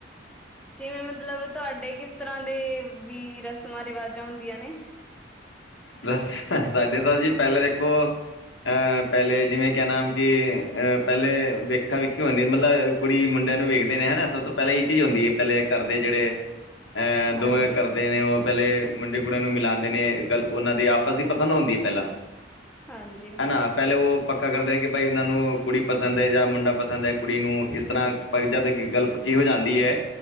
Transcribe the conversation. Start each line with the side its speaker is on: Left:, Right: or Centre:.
Centre: ਜਿਵੇਂ ਮਤਲਬ ਤੁਹਾਡੇ ਕਿਸ ਤਰ੍ਹਾਂ ਦੇ ਵੀ ਰਸਮਾਂ ਰਿਵਾਜਾਂ ਹੁੰਦੀਆਂ ਨੇ।
Left: ਬਸ ਸਾਡੇ ਤਾਂ ਜੀ ਪਹਿਲਾਂ ਦੇਖੋ ਅਹ ਪਹਿਲੇ ਜਿਵੇਂ ਕਹਿ ਨਾਮ ਕਿ ਅ ਪਹਿਲੇ ਵੇਖਾ-ਵੇਖੀ ਹੁੰਦੀ ਮਤਲਬ ਕੁੜੀ ਮੁੰਡਿਆਂ ਨੂੰ ਵੇਖਦੇ ਨੇ ਹਨਾ ਸਭ ਤੋ ਪਹਿਲਾਂ ਇਹ ਚੀਜ਼ ਹੁੰਦੀ ਹੈ ਪਹਿਲੇ ਕਰਦੇ ਜਿਹੜੇ ਅ
Centre: ਹਾਂਜੀ
Left: ਦੋਵੇਂ ਕਰਦੇ ਨੇ ਉਹ ਪਹਿਲੇ ਮੁੰਡੇ ਕੁੜਿਆਂ ਨੂੰ ਮਿਲਾਉਂਦੇ ਨੇ ਗੱਲ ਉਹਨਾਂ ਦੇ ਆਪਸ ਵਿੱ ਪਸੰਦ ਹੁੰਦੀ ਹੈ ਪਹਿਲਾਂ।
Centre: ਹਾਂਜੀ
Left: ਹੈ ਨਾ ਪਹਿਲੇ ਉਹ ਪੱਕਾ ਕਰਦੇ ਕਿ ਭਾਈ ਉਹਨਾਂ ਨੂੰ ਕੁੜੀ ਪਸੰਦ ਹੈ ਜਾਂ ਮੁੰਡਾ ਪਸੰਦ ਹੈ ਕੁੜੀ ਨੂੰ ਇਸ ਤਰ੍ਹਾਂ <unintelligible> ਜਦ ਗੱਲ ਪੱਕੀ ਹੋ ਜਾਂਦੀ ਹੈ